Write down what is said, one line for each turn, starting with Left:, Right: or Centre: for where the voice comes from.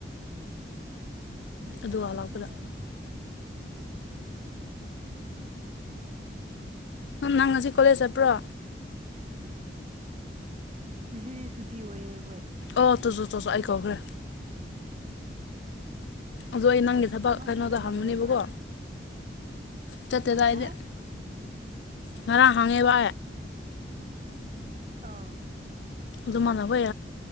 Right: ꯑ ꯃꯄꯇ
Left: ꯑꯗꯨ ꯍꯜꯂꯛꯄꯗ
Right: ꯃꯉꯦ
Left: ꯅꯪ ꯅꯪ ꯉꯁꯤ ꯀꯣꯂꯦꯖ ꯆꯠꯄ꯭ꯔꯣ
Right: ꯖꯤꯗꯤ ꯁꯨꯇꯤ ꯑꯣꯏꯌꯦ ꯑꯩꯈꯣꯏ
Left: ꯑꯥ ꯇꯁꯨ ꯇꯁꯨ ꯑꯩꯥꯏꯀꯥꯎꯈ꯭ꯔꯦ ꯑꯗꯣ ꯑꯩ ꯅꯪꯒꯤ ꯊꯕꯛ
Right: ꯅꯪꯁꯨ
Left: ꯀꯩꯅꯣꯗ
Right: ꯆꯠꯂꯝꯃꯣꯏꯅ
Left: ꯍꯪꯉꯨꯅꯦꯕꯀꯣ ꯆꯠꯇꯦꯗ ꯑꯩꯗꯤ
Right: ꯍꯥ
Left: ꯉꯔꯥꯡ ꯍꯥꯡꯉꯦꯕ
Right: ꯑꯥ
Left: ꯑꯗꯨ ꯃꯥꯅ ꯍꯣꯏ